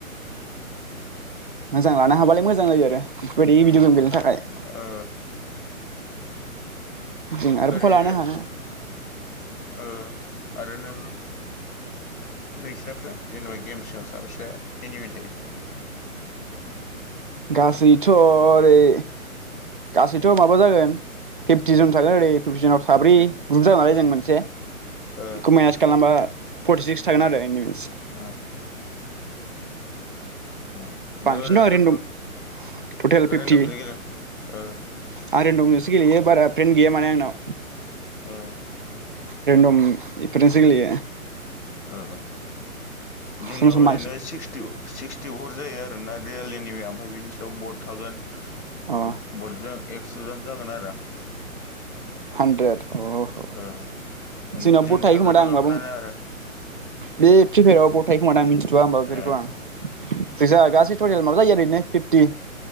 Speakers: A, on the right; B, on the left.
A: मोजां लानो हाबालाय मोजां जायो आरो बेफोरबायदि
B: उम
A: भिडिअ' गेम गेलेनो थाखाय।
B: ओ
A: जों आरो
B: ओरैनो
A: पक' लानो हानो
B: ओ आरो नों नोंसिना <unintelligible> जेनेबा गेम्साव साबेसे एनिमि थायो?
A: गासैथ' ओरै गासैथ' माबा जागोन फिफ्टि जन थागोन ओरै <unintelligible> साब्रै
B: उम
A: ग्रुप जानानै जों मोनसे
B: ओ
A: क माइनास खालामबा फर्टि सिक्स थागोन आरो एनिमिस
B: आ ओमफ्राय
A: बांसिनथ' आं रेन्दम टटेल
B: ओरैनोथ'
A: फिफ्टि
B: <unintelligible>
A: आं रेन्दमजोंसो गेलेयो बारा फ्रेन्ड गैया माने आंनाव।
B: ओ
A: रेन्दम इफोरजोंसो गेलेयो।
B: हो ओ जोंनियाव
A: सम सम
B: ओरैल'
A: बांसिन
B: सिक्सटि। सिक्सटि फर जायो आर ना रियलिनि ओमफ्राय बिनि सायाव बड थागोन।
A: अ
B: <unintelligible> एक्सजन जागोन आरो
A: हानद्रेड अ अ
B: ओ
A: जोंनाव
B: जों
A: बद थायो
B: साब्रैखौ
A: खोमा दां
B: लाफानानै
A: माबा
B: आरो
A: बे प्रिफाययाराव बद थायो खोमा दां मिथि थ आ होनबाबो फेरखौ
B: ए
A: होआ आं जोजा गासै टटेल माबा जायो आरो इदिनो फिफ्टि